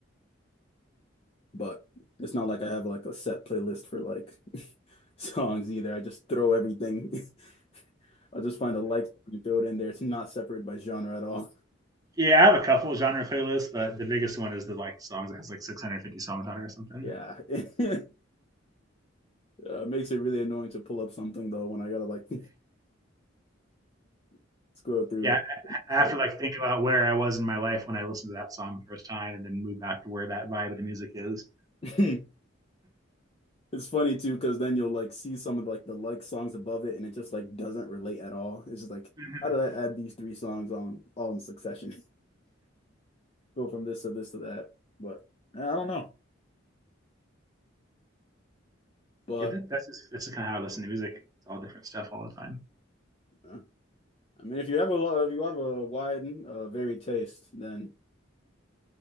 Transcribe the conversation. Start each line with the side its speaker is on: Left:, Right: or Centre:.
Left: But it's not like I have like a set playlist for like <laughs> songs either. I just throw everything. <laughs> I'll just find a like and throw it in there. It's not separated by genre at all.
Right: Yeah, I have a couple of genre playlists, but the biggest one is the like songs that has like 650 songs on it or something.
Left: Yeah. <laughs> Uh, makes it really annoying to pull up something though when I gotta like <laughs> scroll through.
Right: Yeah,
Left: It's
Right: I
Left: like-
Right: have to like think about where I was in my life when I listened to that song the first time, and then move back to where that vibe of the music is.
Left: <laughs> it's funny too because then you'll like see some of like the like songs above it and it just like doesn't relate at all. It's just like
Right: Mhm.
Left: how did I add these three songs on all in succession? <laughs> Go from this to this to that, but eh, I don't know. But
Right: Yeah, that, that's just, that's kind of how I listen to music. It's all different stuff all the time.
Left: uh, I mean, if you have a if you have a wide, uh, varied taste, then